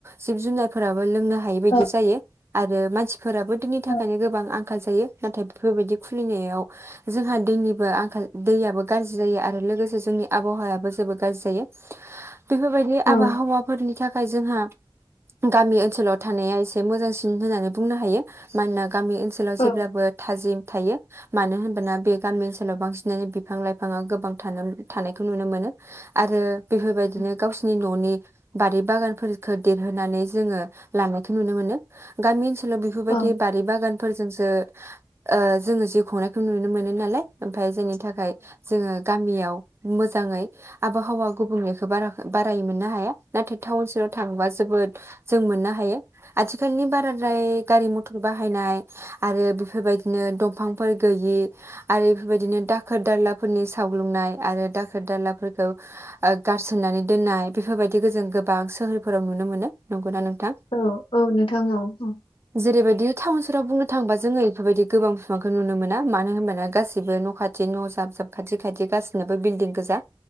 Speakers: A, on the right; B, on the left.
A: जिब जुनारफोराबो लोंनो हायै बायदि
B: औ
A: जायो आरो मानसि फोराबो दैनि
B: औ
A: थाखायनो गोबां आंखाल जायो नाथाय बेफोरबायदि खुलिनायाव जोंहा दैनिबो आंखाल दैयाबो गाज्रि जायो आरो लोगोसे जोंनि आबहावायाबो जोबोद गाज्रि जायो बेफोरबायदि
B: औ
A: आबहावाफोरनि थाखाय थाखाय जोंहा गामि ओनसोल ओनसोलाव थानाया एसे मोजांसिन होननानै बुंनो हायो मानोना गामि ओनसोलाव
B: औ
A: जेब्लाबो थाजिम थायो मानो होनबोना बे गामि ओनसोलाव बांसिनानो बिफां लाइफाङा गोबां थानो थानायखौ नुनो मोनो आरो बेफोरबायदिनो
B: औ
A: गावसिनि न'नि बारि बागानफोरखौ देरहोनानै जोङो लानायखौ नुनो मोनो गामि ओनसोल बेफोरबायदि
B: औ
A: बारि बागान फोरजोंसो ओ जोङो जिउ खुंनायखौ नुनो मोनो नालाय ओमफ्राय जोंनि नि थाखाय जोङो गामियाव मोजाङै आबहावा गुबुंलेखौ बारायै मोननो हाया नाथाय टाउन सोहोराव थांबा जोबोद जों मोननो हायो आथिखालनि बाराद्राय गारि मथर बाहायनाय आरो बेफोरबायदिनो दंफांफोर गैयि आरो बेफोरबायदिनो दाखोर दालाफोरनि सावग्लुंनाय आरो दाखोर दालाफोरखौ गारसननानै दोननाय बेफोरबायदिखौ जों गोबां सोहोरफोराव नुनो मोनो नंगौना नोंथां
B: औ औ नोंथां औ औ
A: जेरैबायदि टाउन सोहोराव बुंनो थांङोबा जोङो बेफोरबायदि गोबां बिफांखौ नुनो मोना मानो होनबाना गासिबो न' खाथि न' जाब जाब खाथि खाथि गासिनाबो बिल्डिं गोजा